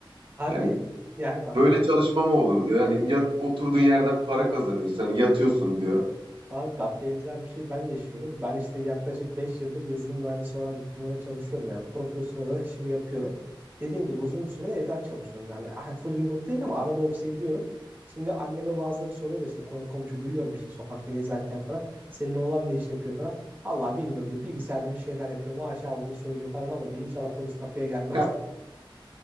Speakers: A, on the right; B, on the right.
A: Abi
B: Yani
A: yani bak
B: Böyle çalışma mı olur diyor. Yani yat, oturduğun yerden para kazanıyorsun. Hani yatıyorsun diyor.
A: Abi bak benzer bir şey ben yaşıyorum. Ben işte yaklaşık 5 yıldır yazılım mühendisi olarak bir firmada çalışıyorum. Yani profesyonel olarak işimi yapıyorum. Dediğim gibi uzun bir sürede evden çalışıyorum. Yani ah, full remote değil ama arada ofise gidiyorum. Şimdi anneme bazıları soruyor da işte konu komşu duyuyorum işte sokakta gezerken falan. Senin oğlan ne iş yapıyor falan. Allah bilmiyorum diyor. Bilgisayarda bir şeyler yapıyor. Maaş aldığını söylüyor falan ama diyor inşallah polis kapıya gelmez
B: <laughs>